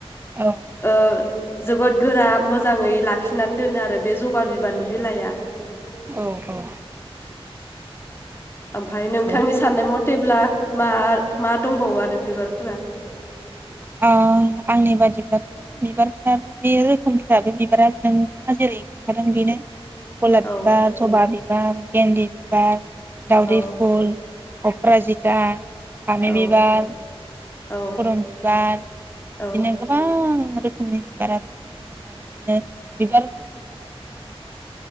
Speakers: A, on the right (about 20°); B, on the left (about 25°).
A: औ
B: ओ जोबोद गोरा मोजाङै लाखिनानै दोनो आरो बे जबा बिबारनि बिलाइआ
A: औ औ नंगौ
B: ओमफ्राय
A: नंगौ
B: नोंथांनि साननाय मथे थेब्ला मा मा दंबावो आरो बिबारफोरा
A: ओ आंनि बादिब्लाथ' बिबारफ्राबो बे रोखोमफ्राबो बिबारा नोंथाङा जेरै खोन्थादों बेनो गलाप
B: औ
A: बिबार जबा बि बिबार गेनदि बिबार दावदै
B: औ
A: फुल अप्राजिता फामि
B: औ
A: बिबार <unintelligible>
B: औ
A: बिदिनो
B: औ
A: गोबां गोबां रोखोमनि बिबाराथ' दङ बिदिनो बिबारफोरनि मादावबो बिदिनो